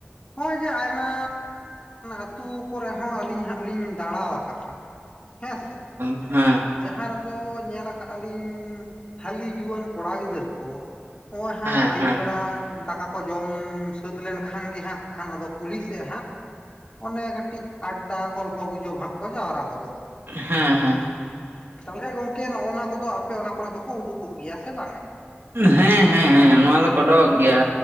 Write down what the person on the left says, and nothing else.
ᱱᱚᱜᱼᱚᱭ ᱡᱮ ᱟᱭᱢᱟᱻ ᱟᱹᱛᱩ ᱠᱚᱨᱮ ᱦᱚᱸ ᱟᱹᱞᱤᱧ ᱦᱟᱸᱜ ᱞᱤᱧ ᱫᱟᱬᱟᱣ ᱟᱠᱟᱜᱼᱟ᱾ ᱦᱮᱸ ᱥᱮ ᱾
ᱡᱟᱦᱟᱸ ᱨᱮᱫᱚ ᱧᱮᱞ ᱟᱠᱟᱜ ᱟᱞᱤᱧ ᱦᱟᱹᱞᱤ ᱡᱩᱣᱟᱹᱱ ᱠᱚᱲᱟ ᱜᱤᱫᱟᱹᱨ ᱠᱚ᱾ ᱱᱚᱜ-ᱚᱭ ᱦᱟᱸᱜ
ᱟᱭᱩᱵ
ᱵᱮᱲᱟ ᱾ ᱫᱟᱠᱟ ᱠᱚ ᱡᱚᱢᱻ ᱥᱟᱹᱛ ᱞᱮᱱᱠᱷᱟᱱ ᱜᱮ ᱦᱟᱸᱜ ᱠᱷᱟᱱ ᱟᱫᱚ ᱠᱩᱞᱦᱤ ᱥᱮᱫ ᱦᱟᱸᱜ᱾ ᱚᱱᱮ ᱠᱟᱹᱴᱤᱡ ᱟᱰᱰᱟ ᱜᱚᱞᱯᱷᱚ ᱜᱩᱡᱚᱵᱽ ᱦᱟᱸᱜ ᱠᱚ ᱡᱟᱣᱨᱟ ᱜᱚᱫᱚᱜ᱾
ᱛᱟᱦᱚᱞᱮ ᱜᱚᱝᱠᱮ ᱱᱚᱜ-ᱚ ᱱᱚᱣᱟ ᱠᱚᱫᱚ ᱟᱯᱮ ᱚᱱᱟ ᱠᱚᱨᱮᱫ ᱫᱚᱠᱚ ᱩᱰᱩᱠᱚᱜ ᱜᱮᱭᱟ ᱥᱮ ᱵᱟᱝᱟ?